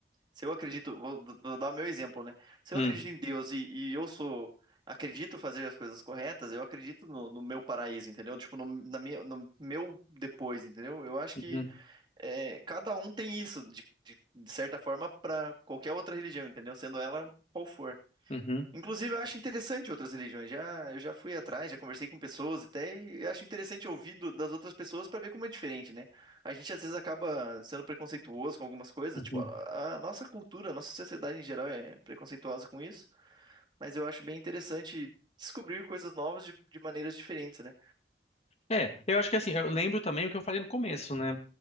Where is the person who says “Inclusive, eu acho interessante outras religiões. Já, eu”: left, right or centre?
Right